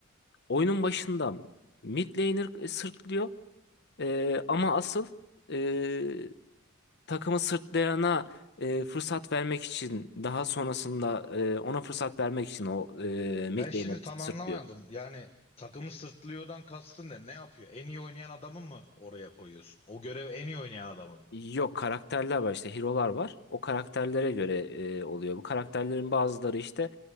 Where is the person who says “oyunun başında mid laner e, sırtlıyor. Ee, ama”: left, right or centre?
Left